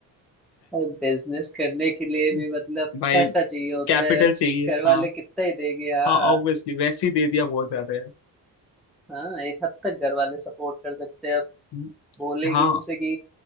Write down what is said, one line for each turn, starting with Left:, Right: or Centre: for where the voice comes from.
Centre: और बिजनेस करने के लिए
Left: <laughs>
Centre: भी मतलब
Left: भाई
Centre: पैसा चाहिए होता
Left: कैपिटल
Centre: है अब
Left: चाहिए
Centre: घर वाले
Left: हाँ
Centre: कितना ही देंगे हाँ
Left: हाँ ऑब्वियसली वैसे ही दे दिया बहुत ज्यादा
Centre: हाँ एक हद तक घर वाले सपोर्ट कर सकते हैं
Left: है
Centre: बोलेंगे
Left: हाँ
Centre: उनसे कि